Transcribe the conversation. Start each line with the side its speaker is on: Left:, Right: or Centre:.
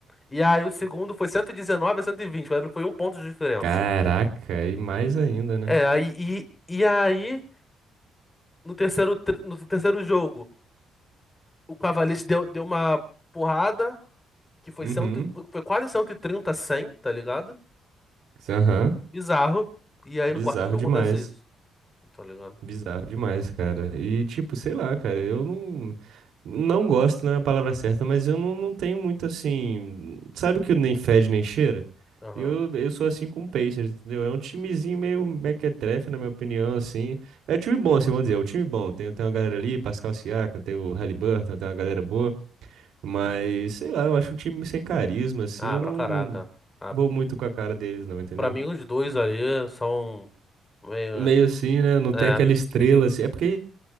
Left: E aí o segundo foi 119 a 120, eu lembro que foi um ponto de diferença.
Right: Caraca, e mais ainda, né?
Left: É, aí, e, e aí no terceiro, tr- no terceiro jogo. O Cavalete deu, deu uma porrada, que foi,
Right: Uhum.
Left: cento, foi quase 130 a 100, tá ligado?
Right: Aham.
Left: Bizarro. E aí
Right: Bizarro
Left: no quarto jogo
Right: demais.
Left: acontece isso, tá ligado?
Right: Bizarro demais, cara. E tipo, sei lá, cara, eu não não gosto, não é a palavra certa, mas eu não, não tenho muito assim, sabe que nem fede nem cheira?
Left: Aham.
Right: Eu, eu sou assim com o Pacers, entendeu? É um timezinho meio mequetrefe, na minha opinião, assim. É um time bom, assim, vamos dizer, é um time bom. Tem, tem uma galera
Left: Uhum.
Right: ali, Pascal Siakam, tem o Haliburton, tem uma galera boa. Mas, sei lá, eu acho um time sem carisma, assim,
Left: Ah,
Right: eu
Left: pra
Right: não,
Left: caraca.
Right: não
Left: Ah,
Right: vou muito com a cara deles, não, entendeu?
Left: pra mim os dois ali são meio...
Right: Meio assim, né? Não
Left: É,
Right: tem aquela estrela, assim. É porque